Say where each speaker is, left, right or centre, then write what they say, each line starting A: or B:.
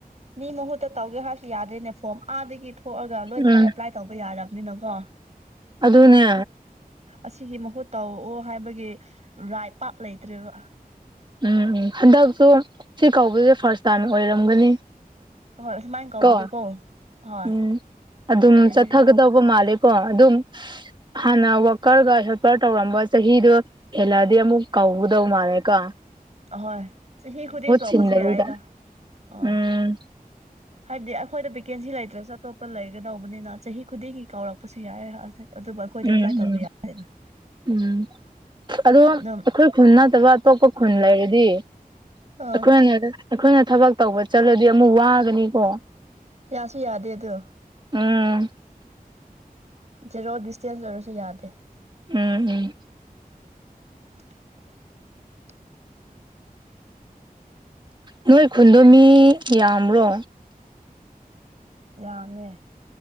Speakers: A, on the right; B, on the right.
A: ꯃꯤ ꯃꯍꯨꯠꯇ ꯇꯧꯒꯦ ꯍꯥꯏꯔꯁꯨ ꯌꯥꯗ꯭ꯔꯦꯅꯦ ꯐꯣꯝ ꯑꯥꯗꯒꯤ ꯊꯣꯛꯑꯒ ꯂꯣꯏꯅꯃꯛ
B: ꯎꯝ
A: ꯑꯦꯄ꯭ꯂꯥꯏ ꯇꯧꯕ ꯌꯥꯔꯕꯅꯤꯅꯀꯣ
B: ꯑꯗꯨꯅꯦ
A: ꯑꯁꯤꯒꯤ ꯃꯍꯨꯠ ꯇꯧꯑꯣ ꯍꯥꯏꯕꯒꯤ ꯔꯥꯏ ꯄꯥꯛꯠ ꯂꯩꯇ꯭ꯔꯦꯕ
B: ꯎꯝ ꯎꯝ ꯍꯟꯗꯛꯁꯨ ꯁꯤ ꯀꯧꯕꯁꯦ ꯐꯥꯔꯁ ꯇꯥꯏꯝ ꯑꯣꯏꯔꯝꯒꯅꯤ
A: ꯍꯣꯏ ꯑꯁꯨꯃꯥꯏꯅ ꯀꯧꯕꯗꯨꯀꯣ
B: ꯀꯣ
A: ꯍꯣꯏ
B: ꯎꯝ ꯑꯗꯨꯝ
A: ꯑꯗꯨꯒꯤ
B: ꯆꯠꯊꯒꯗꯧꯕ ꯃꯥꯜꯂꯦ ꯀꯣ ꯑꯗꯨꯝ ꯍꯥꯟꯅ ꯋꯥꯀꯔꯒ ꯍꯦꯜꯄꯔ ꯇꯧꯔꯝꯕ ꯆꯍꯤꯗꯣ ꯑꯦꯂꯗ ꯑꯃ ꯀꯧꯗꯧ ꯃꯥꯅꯦꯦꯀꯣ
A: ꯑꯍꯣꯏ ꯆꯍꯤ ꯈꯨꯗꯤꯡ ꯀꯧꯕꯁꯤ
B: ꯁꯤꯟꯗꯕꯤꯗ
A: ꯌꯥꯏꯗ ꯑꯣ
B: ꯎꯝ
A: ꯍꯥꯏꯕꯗꯤ ꯑꯩꯈꯣꯏꯗ ꯕꯦꯀꯦꯟꯁꯤ ꯂꯩꯇ꯭ꯔꯁꯨ ꯑꯇꯣꯞꯄ ꯂꯩꯒꯗꯧꯕꯅꯤꯅ ꯆꯍꯤ ꯈꯨꯗꯤꯡꯒꯤ ꯀꯥꯎꯔꯛꯄꯁꯨ ꯌꯥꯏꯔꯦꯁꯦ ꯑꯩꯈꯣꯏꯗꯤ
B: ꯎꯝ
A: ꯑꯦꯄ꯭ꯂꯥꯏ ꯇꯧꯕ
B: ꯎꯝ
A: ꯌꯥꯗꯦꯅ
B: ꯎꯝ ꯑꯗꯣ
A: ꯑꯗꯨꯝ
B: ꯑꯩꯈꯣꯏ ꯈꯨꯟ ꯅꯠꯇꯕ ꯑꯇꯣꯞꯄ ꯈꯨꯟ ꯂꯩꯔꯗꯤ
A: ꯑꯥ
B: ꯑꯩꯈꯣꯏꯅ ꯑꯩꯈꯣꯏꯅ ꯊꯕꯛ ꯇꯧꯕ ꯆꯠꯂꯗꯤ ꯑꯃꯨꯛ ꯋꯥꯒꯅꯤꯀꯣ
A: ꯌꯥꯁꯨ ꯌꯥꯗꯦ ꯑ ꯑꯗꯨꯣ
B: ꯎꯝ
A: ꯖꯦꯔꯣ ꯗꯤꯁꯇꯦꯟꯁ ꯑꯣꯏꯔꯁꯨ ꯌꯥꯗꯦ
B: ꯎꯝ ꯎꯝ
A: <unintelligible>
B: ꯅꯣꯏ ꯈꯨꯟꯗꯣ ꯃꯤ ꯌꯥꯝ꯭ꯔꯣ
A: ꯌꯥꯝꯉꯦ